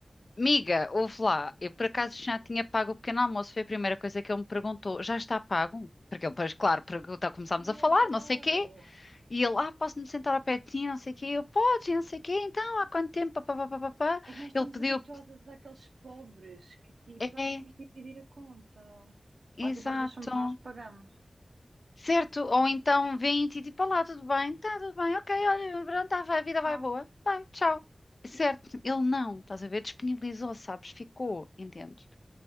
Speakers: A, on the left; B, on the right.
A: Amiga, ouve lá, eu por acaso já tinha pago o pequeno almoço, foi a primeira coisa que ele me perguntou. Já está pago? Porque ele, pois, claro, pergunta, começámos
B: Ai,
A: a falar,
B: adoro.
A: não sei quê, e ele, ah, posso-me sentar ao pé de ti, não sei quê, eu, podes, e não sei quê, então, há quanto tempo, pá, pá, pá, pá, pá.
B: É que nós estamos
A: Ele pediu,
B: habituadas àqueles pobres que tipo,
A: é.
B: ah, vamos dividir a conta.
A: Exato.
B: Ou tipo, às vezes somos nós que pagamos.
A: Certo, ou então 20 e tipo, olá, tudo bem? Está tudo bem, ok, olha, pronto, tá, vai, a vida
B: Tchau.
A: vai boa, vai, tchau. Certo, ele não, estás a ver, disponibilizou, sabes, ficou, entendes?